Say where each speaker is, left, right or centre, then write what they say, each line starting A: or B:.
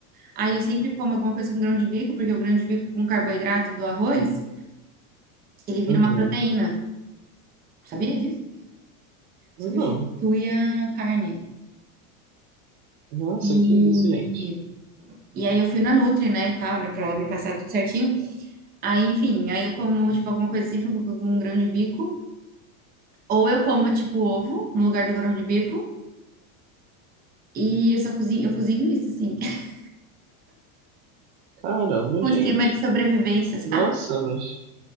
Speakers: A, on the right (about 20°); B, on the right (about 55°).
A: Aí eu sempre como alguma coisa com grão de bico, porque o grão de bico com carboidrato do arroz, ele vira
B: Uhum.
A: uma proteína. Sabia disso? Substitui
B: Não.
A: a carne.
B: Nossa,
A: E,
B: que isso, gente?
A: e aí eu fui na Nutri, né, e tal, né, pra ela me passar tudo certinho. Aí, enfim, aí eu como, tipo, alguma coisa sempre com com grão de bico. Ou eu como, tipo, ovo no lugar do grão de bico. E eu só cozinho, eu cozinho isso, assim. <laughs>
B: Caramba,
A: Um
B: gente.
A: esquema de sobrevivência, sabe?
B: Nossa, mas